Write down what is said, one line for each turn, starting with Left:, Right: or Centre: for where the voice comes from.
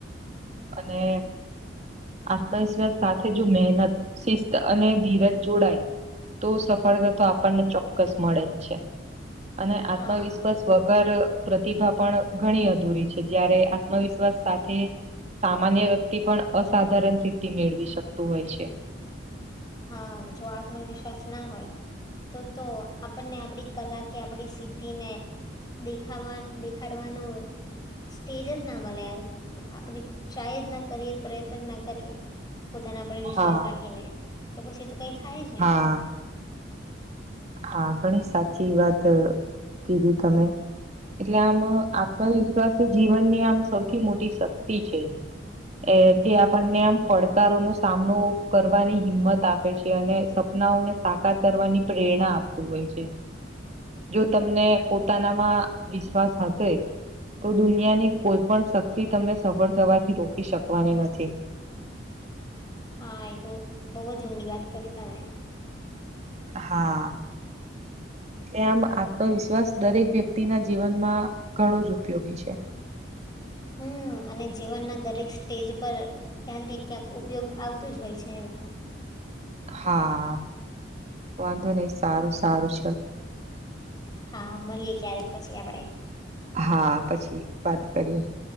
Right: અને આત્મવિશ્વાસ સાથે જો મહેનત શિસ્ત અને ધીરજ જોડાય તો સફળતા તો આપણને ચોક્કસ મળે જ છે અને આત્મવિશ્વાસ
Left: હા
Right: વગર પ્રતિભા પણ ઘણી અધૂરી છે જયારે આત્મવિશ્વાસ સાથે સામાન્ય વ્યક્તિ પણ અસાધારણ સિદ્ધિ મેળવી શકતું હોય છે
Left: હા જો આત્મવિશ્વાસ ના હોય તો તો આપણને આપડી કલા કે આપણી સિદ્ધિને દેખાવા દેખાડવાનું સ્ટેજ જ ના મળે યાર આપણે ટ્રાય જ ના કરીએ પ્રયત્ન જ ના કરીએ પોતાના પર વિશ્વાસ
Right: હા
Left: રાખીને તો પછી એ તો કઈ થાય જ નહી
Right: હા હા ઘણી સાચી વાત કીધી તમે એટલે આમ આત્મવિશ્વાસ જીવનની આમ સૌથી મોટી શક્તિ છે એ તે આપડને આમ પડકારોનો સામનો કરવાની હિંમત આપે છે અને સપનાઓને સાકાર કરવાની પ્રેરણા આપતું હોય છે જો તમને પોતાનામાં વિશ્વાસ હશે તો દુનિયાની કોઈ પણ શક્તિ તમને સફળ થવાથી રોકી શકવાની નથી
Left: હા એ તો બહુ જ ઊંડી વાત કરી તમે
Right: હા, કે આમ આત્મવિશ્વાસ દરેક વ્યક્તિના જીવનમાં ઘણો જ ઉપયોગી છે.
Left: હમ અને જીવનના દરેક સ્ટેજ પર ક્યાંક ને ક્યાંક ઉપયોગ આવતું જ હોય છે એનો
Right: હા, વાંધો નહીં સારું સારું
Left: હા, મળીએ ક્યારેક પછી આપડે
Right: હા, પછી વાત કરીએ